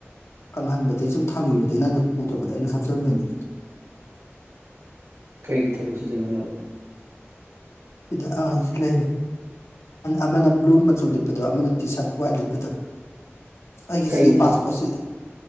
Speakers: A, on the left; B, on the right.
A: ꯀꯪꯍꯟꯕꯗꯩ ꯁꯨꯝ ꯊꯝꯒꯤꯕꯗꯩꯩ ꯅꯪꯅ ꯄꯨꯗꯕꯗ ꯑꯩꯅ ꯍꯥꯞꯆꯤꯟꯕꯅꯤ꯫
B: <unintelligible>
A: ꯁꯤꯗ ꯑꯁ ꯂꯩꯔꯦ ꯑꯃꯅ ꯕꯨꯂꯨ ꯃꯆꯨ ꯂꯤꯠꯄꯗꯣ ꯑꯃꯅ ꯇꯤ ꯁꯥꯔꯠ ꯋꯥꯏꯠ ꯂꯤꯠꯄꯗꯨ꯫ ꯑꯩꯒꯤꯁꯤꯒꯤ
B: ꯀꯩꯗ ꯊꯦꯠꯂꯣ
A: ꯄꯥꯁꯄꯣꯠꯁꯤ꯫